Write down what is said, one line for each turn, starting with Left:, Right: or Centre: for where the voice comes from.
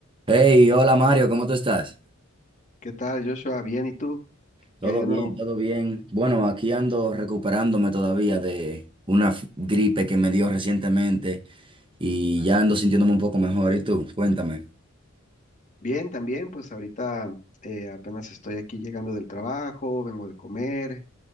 Right: Hey, hola Mario, ¿cómo tú estás?
Left: ¿Qué tal, Joshua? Bien, ¿y tú?
Right: Todo
Left: ¿Qué hay de
Right: bien,
Left: nuevo?
Right: todo bien. Bueno, aquí ando recuperándome todavía de una f- gripe que me dio recientemente y ya ando sintiéndome un poco mejor. ¿Y tú? Cuéntame.
Left: Bien, también, pues ahorita eh, apenas estoy aquí llegando del trabajo, vengo de comer,